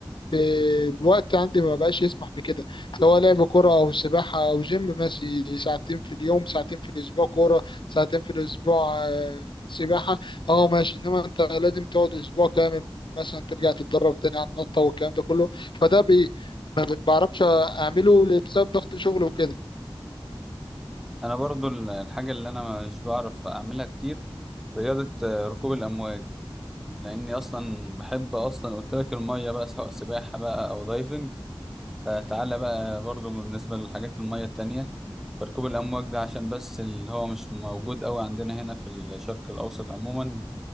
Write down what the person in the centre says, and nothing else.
أنا برضو ال- الحاجة اللي أنا مش بعرف أعملها كتير رياضة آه، ركوب الأمواج لأني أصلا بحب أصلا قلت لك المية بقى سواء سباحة بقى أو دايفنج فتعالى بقى برضو بالنسبة للحاجات المية التانية فركوب الأمواج ده عشان بس اللي هو مش موجود أوي عندنا هنا في الشرق الأوسط عموما